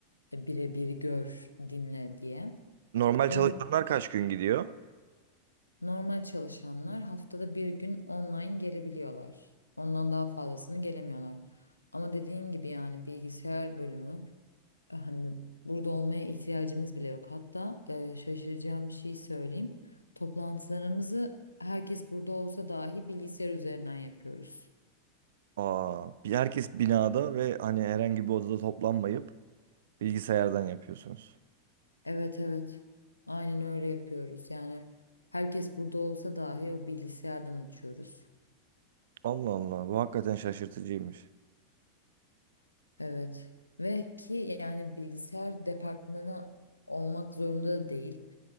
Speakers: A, on the left (about 80°); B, on the right (about 60°).
A: birebir gör, dinle diye.
B: Normal
A: Onun
B: çalışanlar kaç gün gidiyor?
A: normal çalışanlar haftada bir gün online gelebiliyorlar. Ondan daha fazlasını gelemiyorlar. Ama dediğin gibi yani bilgisayar bölümü e, hani burada olmaya ihtiyacımız bile yok. Hatta e, şaşıracağım bir şey söyleyeyim. Toplantılarımızı herkes burada olsa dahi bilgisayar üzerinden yapıyoruz.
B: Aa, bir- herkes binada ve hani herhangi bir odada toplanmayıp bilgisayardan yapıyorsunuz.
A: Evet evet. Aynen öyle yapıyoruz. Yani herkes burada olsa dahi o bilgisayardan açıyoruz.
B: Allah Allah, bu hakikaten şaşırtıcıymış.
A: Evet. Ve ki yani bilgisayar departmanı olmak zorunda da değil.